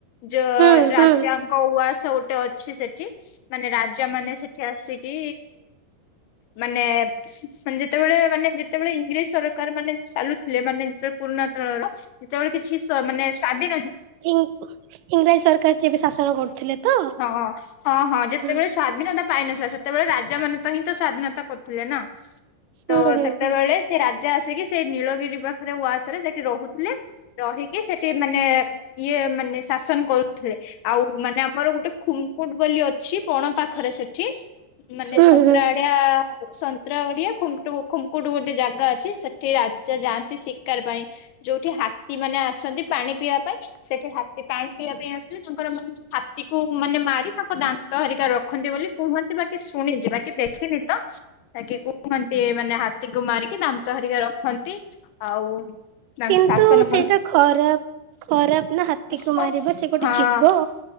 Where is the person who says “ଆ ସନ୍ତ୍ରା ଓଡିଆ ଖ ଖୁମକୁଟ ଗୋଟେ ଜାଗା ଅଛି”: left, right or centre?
Left